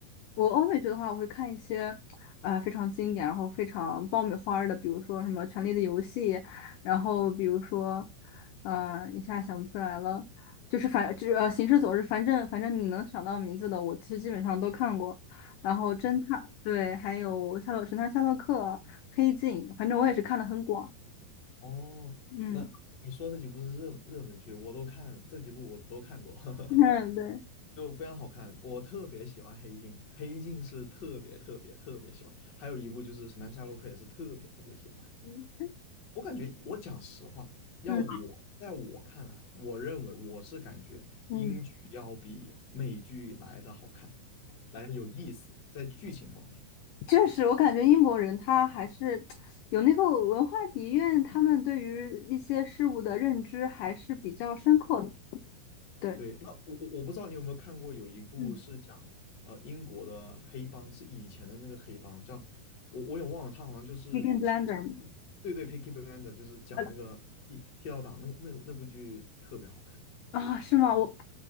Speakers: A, on the left; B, on the left.
A: 我欧美剧的话，我会看一些呃非常经典，然后非常爆米花儿的，比如说什么《权力的游戏》，然后比如说呃一下想不出来了，就是反就是呃《行尸走肉》，反正反正你能想到名字的，我其实基本上都看过。然后侦探，
B: 哦
A: 对，还有夏洛神探夏洛克、黑镜，反正我也是看的很广。
B: 哦，
A: 嗯，
B: 那你说这几部是热热门剧，我都看，这几部我都看过，
A: <laughs> 嗯，
B: <laughs>
A: 对，
B: 就非常好看。我特别喜欢黑镜，黑镜是特别特别特别喜欢，还有一部就是神探夏洛克也是特别特别喜欢。
A: 嗯
B: 我感觉，我讲实话，要我在我看来，
A: 嗯。
B: 我认为我是感觉英剧要比美剧来的好看，
A: 嗯
B: 来的有意思，在剧情方面。
A: 确实，我感觉英国人他还是有那个文化底蕴，他们对于一些事物的认知还是比较深刻的。对，
B: 对，那我我我不知道你有没有看过，有一部是讲呃英国的黑帮，
A: 嗯
B: 是以前的那个黑帮，叫我我也忘了，他好像就是是讲地对对
A: b e g i n Blender
B: p i c k y b l i n d e r 就是讲那个剃剃刀党，
A: 呃
B: 那那那部剧特别好看。
A: 啊，是吗？我